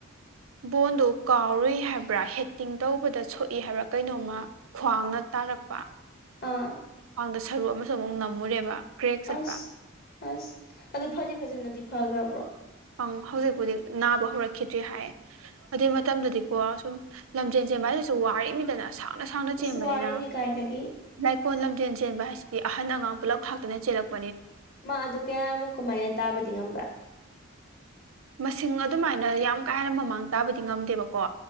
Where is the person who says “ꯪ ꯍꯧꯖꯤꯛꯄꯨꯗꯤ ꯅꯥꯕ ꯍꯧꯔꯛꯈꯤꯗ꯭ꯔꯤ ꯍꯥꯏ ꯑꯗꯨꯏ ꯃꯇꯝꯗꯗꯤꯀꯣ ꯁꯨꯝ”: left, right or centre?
Right